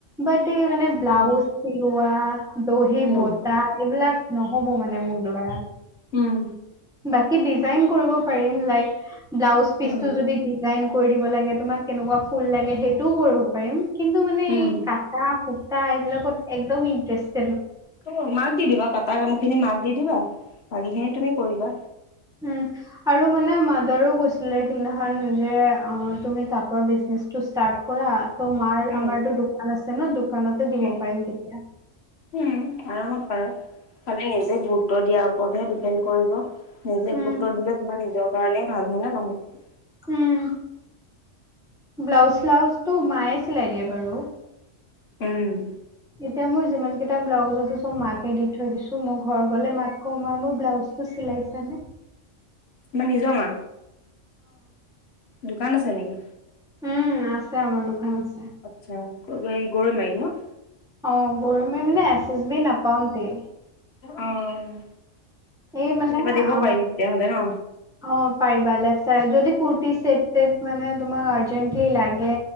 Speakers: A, in the centre; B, on the left.
A: বাত এই মানে, ব্লাউজ
B: উম,
A: চিলোৱা, দহি
B: উম,
A: বতা এইবিলাক নহ'ব। নহ'ব মানে মোৰ দ্বাৰা।
B: উম,
A: বাকী ডিজাইন কৰিব পাৰিম। লাইক ব্লাউজ পিচটো
B: উম,
A: যদি ডিজাইন কৰি দিব লাগে, তোমাক কেনেকুৱা ফুল লাগে সেইটোও কৰিব পাৰিম কিন্তু মানে এই
B: উম।
A: কাটা টা এইবিলাকত একদম ইণ্টাৰেষ্ট
B: অ' মাক দি দিবা কাটা কামখিনি মাক দি দিবা। বাকীখিনি তুমি কৰিবা।
A: উম, আৰু মানে মাদাৰো কৈছিলে সেইদিনাখন যে অ' তুমি কাপোৰ বিজনে ষ্টাৰ্ট কৰা। ত' মাৰ
B: উম,
A: আমাৰটো দোকান আছে ন? দোকানতে দিব
B: উম,
A: পাৰিম তেতিয়া।
B: উম, আৰামত পাৰা। খালি নিজে গুৰুত্ব দিয়াৰ ওপৰতহে ডিপেণ্ড কৰিব। নিজে
A: উম
B: গুৰুত্ব দিলে তোমাৰ নিজৰ কাৰণেই ভাল। হয় নে নহয়?
A: উম ব্লাউজ-শ্লাউজটো মায়ে চিলাই দিয়ে বাৰু।
B: উম।
A: এতিয়া মোৰ যিমানকেইটা ব্লাউজ আছে চব মাকে দি থৈ দিছো, মই ঘৰ গ'লে মাক কওঁ, মা মোৰ ব্লাউজ চিলাইছা নে?
B: মা নিজৰ মা। দোকান আছে নেকি?
A: উম আছে আমাৰ দোকান আছে।
B: আচ্ছা। গৰৈমাৰীত ন?
A: অ' গৰৈমাৰী মানে এচএছবি নাপাওঁতে।
B: অ'।
A: এই মানে
B: কেতিয়াবা
A: আ,
B: দিব পাৰিম তেতিয়াহ'লে ন?
A: অ পাৰিবা লেফট যদি কুুৰ্তি চেট-তেট মানে তোমাক আৰ্জেন্টলি লাগে